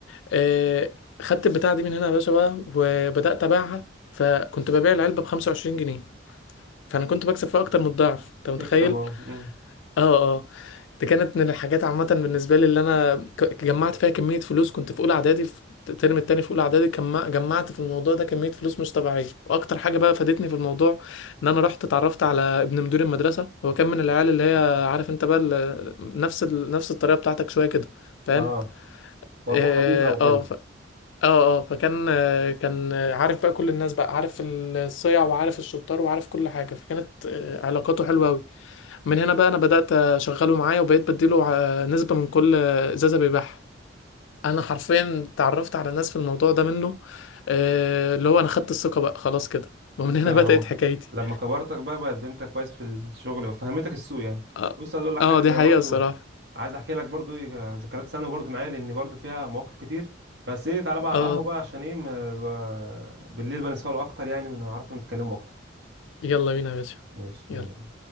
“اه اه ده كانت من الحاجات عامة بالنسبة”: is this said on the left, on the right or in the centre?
Left